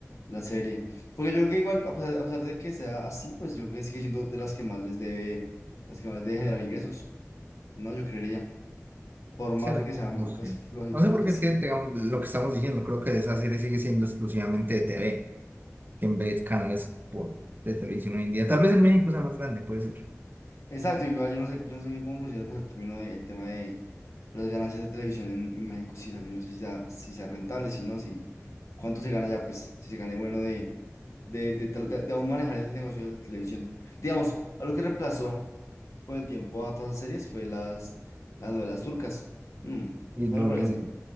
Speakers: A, on the left; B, on the right.
A: la serie, porque yo creo que igual, a pesar, a pesar de que sea así, pues yo creo que sigue siendo de las que más les debe, las que más les debe generar ingresos, ¿no? Yo creería, por más
B: ¿Será?
A: de que sean,
B: No
A: pues,
B: sé.
A: flojitas,
B: No sé
A: yo
B: por
A: creo que
B: qué
A: sí.
B: es que tengamos lo que estamos diciendo. Creo que esa serie sigue siendo exclusivamente de TV, que en vez de canales por, de televisión hoy en día. Tal vez en México sea más grande, puede ser.
A: Exacto, igual yo no sé, yo no sé bien cómo funciona pues el término de, el tema de las ganancias de televisión en, en México, sí, yo no sé si sea, si sea rentable, si no, si cuánto se gana ya, pues, si se gane bueno de, de, de, tra- de- de aún manejar el negocio de la televisión. Digamos, algo que reemplazó con el tiempo a todas las series fue las, las novelas turcas. Mm,
B: Y
A: ¿no
B: lo-
A: le parece?
B: lo-